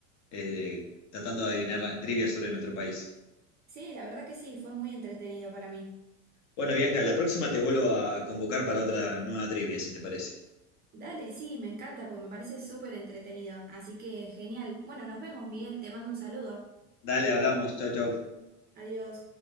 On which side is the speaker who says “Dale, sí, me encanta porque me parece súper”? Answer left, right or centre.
Right